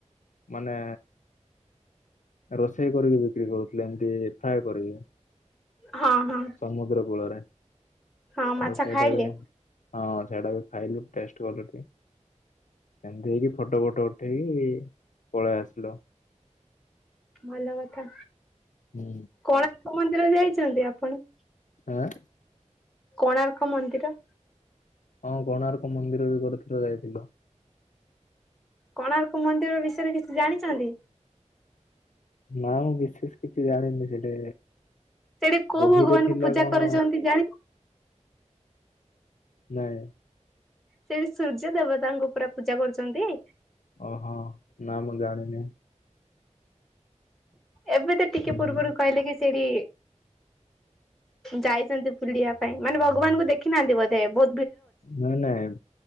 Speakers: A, on the left; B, in the centre.
A: ମାନେ ରୋଷେଇ କରିକି ବିକ୍ରି କରୁଥିଲେ ଏମତି ଫ୍ରାଏ କରିକି।
B: ହଁ ହଁ।
A: ସମୁଦ୍ର କୂଳରେ
B: ହଁ ମାଛ
A: ସେଇଟା
B: ଖାଇଲେ
A: ବି ହଁ ସେଇଟା ବି ଖାଇଲୁ ଟେଷ୍ଟ କଲୁ ଟିକେ ଏମିତି ହେଇକି ଫଟୋ ଫଟୋ ଉଠେଇକି ପଳେଇ ଆସିଲୁ।
B: ଭଲ କଥା
A: ହୁଁ।
B: କୋଣାର୍କ ମନ୍ଦିର ଯାଇଚନ୍ତି ଆପଣ?
A: ଆଁ
B: କୋଣାର୍କ ମନ୍ଦିର।
A: ହଁ କୋଣାର୍କ ମନ୍ଦିର ବି ଗୋଟେ ଥର ଯାଇଥିଲୁ।
B: କୋଣାର୍କ ମନ୍ଦିର ବିଷୟରେ କିଛି ଜାଣିଚନ୍ତି?
A: ନାଁ ମୁଁ ବିଶେଷ କିଛି ଜାଣିନି ସେଟେ
B: ସେଠି କୋଉ
A: ବହିରେ
B: ଭଗବାନଙ୍କୁ
A: ଥିଲା
B: ପୂଜା
A: କଣ?
B: କରୁଛନ୍ତି ଜାଣି
A: ନାଇଁ।
B: ସେଠି ସୂର୍ଯ୍ୟ ଦେବତାଙ୍କୁ ପୁରା ପୂଜା କରୁଚନ୍ତି।
A: ଓହୋ ନାଁ ମୁଁ ଜାଣିନି।
B: ଏବେ ତ ଟିକେ
A: ହୁଁ
B: ପୂର୍ବରୁ
A: ହୁଁ।
B: କହିଲି କି ସେଇଠି ଯାଇଚନ୍ତି ବୁଲିବା ପାଇଁ ମାନେ ଭଗବାନଙ୍କୁ ଦେଖିନାହାନ୍ତି ବୋଧେ ବୋ
A: ନାଇଁ ନାଇଁ